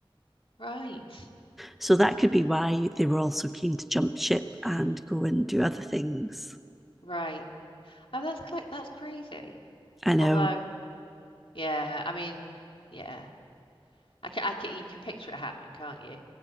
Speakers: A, on the left (about 70°); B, in the centre.
A: Right.
B: So that could be why they were also keen to jump ship and go and do other things.
A: Right. Oh, that's cla that's crazy.
B: I know.
A: Although, yeah, I mean, yeah. I can, I can, you can picture it happening, can't you?